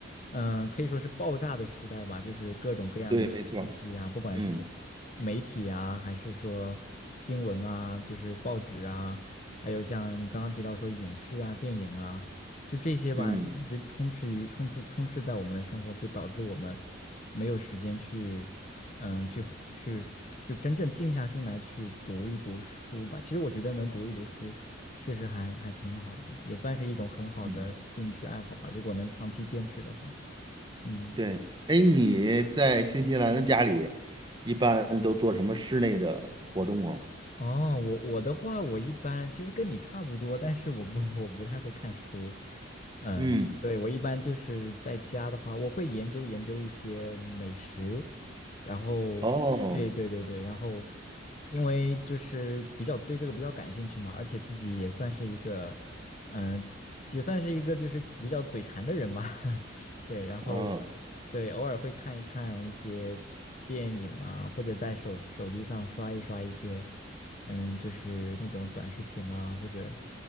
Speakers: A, on the left; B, on the right.
A: 嗯、可以说是爆炸的时代吧，就是各种各样的信息啊，
B: 对，没错
A: 不管是
B: 嗯
A: 媒体啊，还是说新闻啊，就是报纸啊，还有像刚刚提到说影视啊、电影啊，就这些吧，
B: 嗯
A: 就一直充斥于充斥充斥在我们的生活，就导致我们没有时间去，嗯，去呼去就真正静下心来去读一读书吧。其实我觉得能读一读书，确实还还挺好的，也算是一种很好的兴趣爱好吧。
B: 嗯。
A: 如果能长期坚持的话，嗯。
B: 对，哎，你在新西兰的家里一般都做什么室内的活动啊？
A: 嗯哦，我我的话，我一般其实跟你差不多，但是我不我不太会看书。嗯，
B: 嗯，
A: 对，我一般就是在家的话，我会研究研究一些美食，然后，
B: 哦，
A: 对对对对，然后，因为就是比较对这个比较感兴趣嘛，而且自己也算是一个，嗯，也算是一个就是比较嘴馋的人吧，<laughs> 对，然后，
B: 哦，
A: 对，偶尔会看一看一些电影啊，或者在手手机上刷一刷一些。嗯，就是那种短视频啊，或者